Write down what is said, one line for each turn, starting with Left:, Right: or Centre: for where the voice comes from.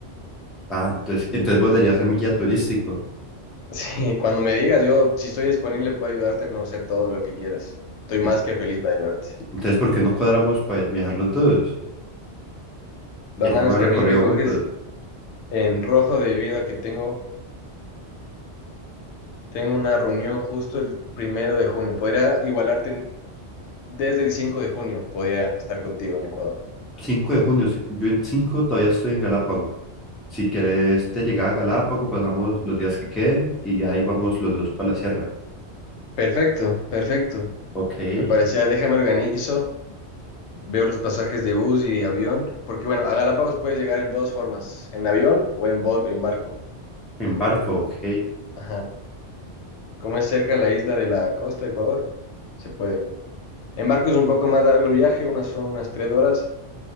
Centre: Ah, entonces, entonces vos deberías ser mi guía turístico.
Left: Sí, cuando me digas, yo si estoy disponible puedo ayudarte a conocer todo lo que quieras. Estoy más
Centre: Ep.
Left: que feliz de ayudarte.
Centre: Entonces, ¿por qué no cuadramos para viajar los dos?
Left: La
Centre: Y
Left: mano
Centre: hacemos
Left: es
Centre: el
Left: que
Centre: recorrido
Left: a mí me coges
Centre: juntos.
Left: en rojo debido a que tengo, tengo una reunión justo el primero de junio. Podría igualarte en- desde el 5 de junio, podría estar contigo en Ecuador.
Centre: Cinco de junio, sí, yo en 5 todavía estoy en Galápago. Si querés te llegar a Galápago, pasamos los días que queden y ya ahí vamos los dos para la sierra.
Left: Perfecto, perfecto.
Centre: Ok, en
Left: Me parecía, déjame organizo. Veo los pasajes de bus y de avión, porque bueno, a Galápagos puedes llegar en dos formas, en avión o en, bo- en barco.
Centre: barco, ok.
Left: Ajá. Como es cerca la isla de la costa de Ecuador, se puede. En barco es un poco más largo el viaje, unas son unas tres horas,